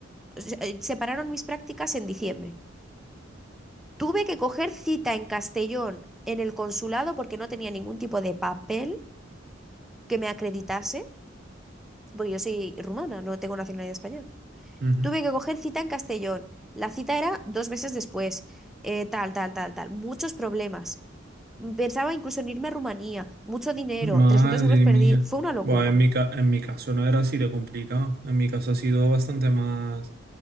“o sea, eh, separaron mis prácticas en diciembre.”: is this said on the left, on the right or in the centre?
Centre